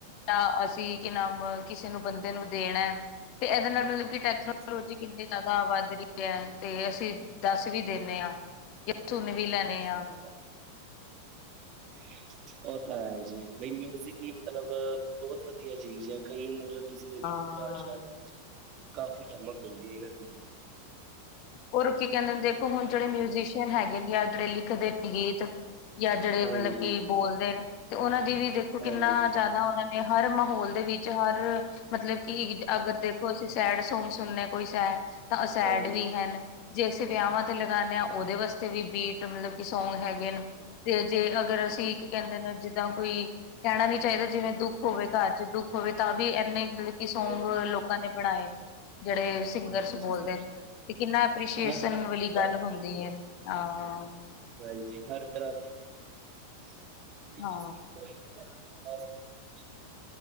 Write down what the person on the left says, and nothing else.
ਤਾਂ ਅਸੀਂ ਕਿ ਨਾਮ ਕਿਸੇ ਨੂੰ ਬੰਦੇ ਨੂੰ ਦੇਣਾ ਐ ਤੇ ਇਹਦੇ ਨਾਲ ਮਤਲਬ ਕਿ ਟੈਕਨੋਲੋਜੀ
ਕਿੰਨੀ ਜ਼ਿਆਦਾ ਵੱਧ ਰਹੀ ਹੈ ਤੇ ਅਸੀਂ ਦੱਸ ਵੀ ਦਿੰਨੇ ਆ ਜਾਂ
ਸੂਨ ਵੀ ਲੈਨੇ
ਆ
ਹਾਂ
ਉਹ ਹੁਣ ਕਿ ਕਹਿੰਦੇ ਨੇ ਦੇਖੋ ਹੁਣ ਜਿਹੜੇ ਮਿਊਜੀਸ਼ੀਅਨ ਹੈਗੇ ਨੇ ਜਾਂ ਜਿਹੜੇ ਲਿਖਦੇ ਨੇ ਗੀਤ ਜਾਂ ਜਿਹੜੇ
ਮਤਲਬ ਕਿ ਬੋਲਦੇ ਨੇ ਤੇ ਉਹਨਾਂ ਦੀ ਵੀ ਦੇਖੋ
ਕਿੰਨਾ ਜ਼ਿਆਦਾ ਉਹਨਾਂ ਹਰ ਮਾਹੌਲ ਦੇ ਵਿੱਚ ਹਰ ਮਤਲਬ ਕਿ ਅਗਰ ਦੇਖ ਅਸੀਂ ਸੈਡ ਸੌਗ ਸੁਣਨੇ ਕੋਈ ਸੈਡ ਤਾਂ ਸੈਡ
ਵੀ ਹਨ ਜੇ ਅਸੀਂ ਵਿਆਵਾਂ ਤੇ ਲਗਾਉਦੇ ਹਾਂ ਉਹਦੇ ਵਾਸਤੇ ਵੀ ਬੀਟ ਮਤਲਬ ਕਿ ਸੌਂਗ ਹੈਗੇ ਨੇ ਤੇ ਜੇ ਅਗਰ ਅਸੀਂ ਇਕ ਕਹਿੰਦੇ ਨੇ ਜਿੱਦਾਂ ਕੋਈ ਕਹਿਣਾ ਨੀ ਚਾਹੀਦਾ ਜਿਵੇਂ ਦੁੱਖ ਹੋਵੇ ਘਰ ਚ ਦੁੱਖ ਹੋਵੇ ਤਾਂ ਵੀ ਇੰਨੇ ਮਤਲਬ ਕਿ ਸੌਂਗ
ਲੋਕਾਂ ਨੇ ਬਣਾਏ ਜਿਹੜੇ ਸਿੰਗਰਜ਼
ਬੋਲਦੇ
ਤੇ
ਏਹ ਕਿੰਨਾ ਐਪ੍ਰਰੀਸ਼ੀਏਸ਼ਨ
ਵਾਲੀ
ਗੱਲ
ਹੁੰਦੀ ਹੈ ਅ
ਹਾਂ